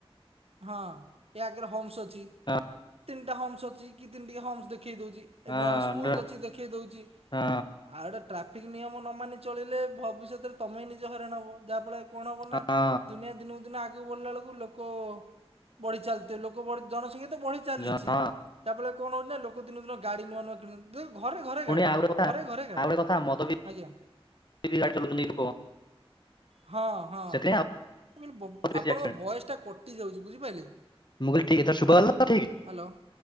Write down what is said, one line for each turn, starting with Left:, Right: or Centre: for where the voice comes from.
Right: ହଁ ଏ ଆଗରେ ହୋମ୍ସ ଅଛି
Left: ହଁ
Right: ତିନିଟା ହୋମ୍ସ ଅଛି କି ତିନି ଟିକ ହୋମ୍ସ ଦେଖେଇ ଦଉଛି। ହେରା
Left: ହଁ
Right: ସ୍କୁଲ
Left: ହଁ
Right: ଅଛି ଦେଖେଇ ଦଉଛି।
Left: ହଁ
Right: ଆଉ ଟେ ଟ୍ରାଫିକ୍ ନିୟମ ନ ମାନି ଚଳିଲେ ଭବିଷ୍ୟତରେ ତମେ ଇ ନିଜେ ହରାଣ ହବ ଯାହାଫଳରେ କଣ ହବ
Left: ହଁ
Right: ନା ଦୁନିଆ ଦିନକୁ ଦିନ ଆଗକୁ ବଢିଲା ବେଳକୁ ଲୋକ ବଢି ଚାଲିଥି ଲୋକ ବଢ ଜନସଂଖ୍ୟା ତ ବଢି ଚାଲିଛି।
Left: ଜ- ହଁ
Right: ତା ପଳରେ କଣଉ ନା ଲୋକ ଦିନକୁ ଦିନ ଗାଡ଼ି ନୂଆ ନୂଆ କିଣଚନ୍ତି। ଦେ ଘରେ ଘରେ
Left: ପୁଣି
Right: ଗାଡ଼ି
Left: ଆଉ ଗୋଟେ କଥା
Right: ଘରେ ଘରେ ଗାଡ଼ି
Left: ଆଉ ଗୋଟେ କଥା ମଦ ପିଇ
Right: ଆଜ୍ଞା।
Left: <unintelligible>
Right: ହଁ ହଁ
Left: ସେଥିପାଇଁ
Right: ମୁଁ କନି ଵ
Left: ଆହୁରି ବେଶୀ
Right: ଆପଣଙ୍କ
Left: ଆକ୍ସିଡେଣ୍ଟ
Right: ଭଏସ ଟା କଟି ଯାଉଚି ବୁଝପାଇଲେ
Left: ମୁଁ କହିଲି ଠିକ ଏଥର ଶୁଭାଗଲା ତ ଠିକ
Right: ହେଲୋ